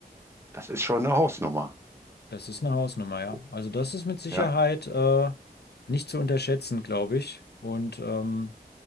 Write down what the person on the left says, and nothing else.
Das ist eine Hausnummer, ja.
Also das ist mit Sicherheit
äh, nicht zu unterschätzen, glaube ich. Und ähm,